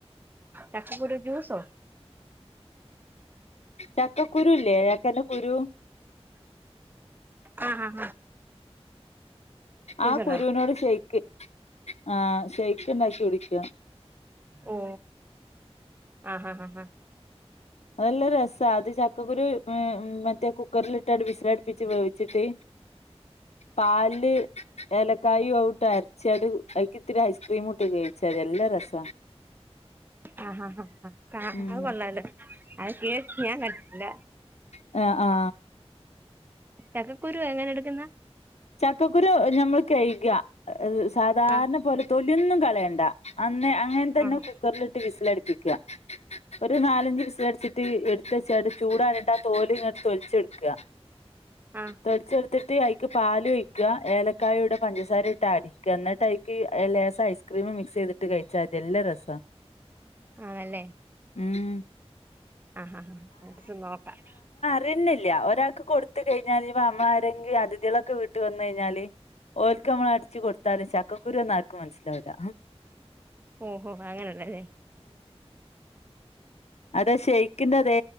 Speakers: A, on the right; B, on the left.
A: ചക്കക്കുരു ജ്യൂസൊ
B: ചക്ക കുരുല്ലേ ചക്ക കുരു
A: ആ ആ ഹ
B: ആ
A: ഉണ്ടാക്കുവോ
B: കുരുവിനോട് ശയ്ക്ക് ആ ശയ്ക്ക് ണ്ടാക്കി കുടിക്ക
A: ഓ ആഹഹാ ആഹ ഹാ
B: അതല്ല രസം അത് ജ ചക്കക്കാരു മറ്റേ കുക്കറിലിട്ട വിസ്‌ലടിപ്പിച്ച് വവിച്ചിട്ട് പല് ഏലക്കായും ഔട്ട ആ ചേട് അൈക്ക് ഇത്തിരി ഐസ്ക്രീം ഇട്ട് കഴിച്ചാതിത ന്നല്ലാ രസ
A: ആ അത്
B: ഉം
A: കൊള്ളാലോ <unintelligible> ചെയ്യാൻ പറ്റില്ല
B: ആ ആ
A: ചക്കക്കുരുവ എങ്ങനെ എടുക്കുന്ന
B: ചക്കക്കുരു നഞമ്മൾ കഴുക സാധാരണ
A: ആഹ്
B: പോലെ തൊലി ഒന്നും കളയണ്ട അന്നേ അങ്ങനെ തന്നെ
A: ആഹ്
B: കുക്കറിലിട്ട് വിസിലടിപ്പിക്കുക ഒരു നാലഞ്ചു വിസിലടിച്ചിട്ട് എടുത്ത് വച്ചായിട്ട് ചൂടാറിട്ട് ആ തോല് ഇങ്ങോട്ട് തൊലിച്ചെടുക്കുക
A: ആ
B: തൊയ്ച്ചെടുത്തിട്ട് അയ്ക്ക് പാല് ഒയ്ക്കുക ഏലക്കായും ട പഞ്ചസാര ഇട്ട് ആഡ് ക്കന്നട്ടയിക്ക് ലേസം ഐസ്ക്രീമ് മിക്സെയ്തിട്ട് കഴിച്ചാതി യല്ല രസാ
A: ആണല്ലേ
B: ഉം
A: ആഹ് ആഹ് ആഹ് ഒരൂസം നോക്കാം
B: രന്നില്ല്യ ഒരാക്ക് കൊടുത്ത് കെയിഞ്ഞാല് ഇപ്പ അമ്മ ആരെങ്കി അതിഥികളൊക്കെ വീട്ട് വന്നെയിഞ്ഞാല് ഓൽക്ക് നമ്മളടിച്ചു കൊടുത്താല് ചക്കക്കുരുവാന്ന് ആർക്കും മനസ്സിലാവുല്ല
A: ഓഹോഹ് അങ്ങനെണല്ലേ
B: അതെ ഷെയിക്കിന്റതേ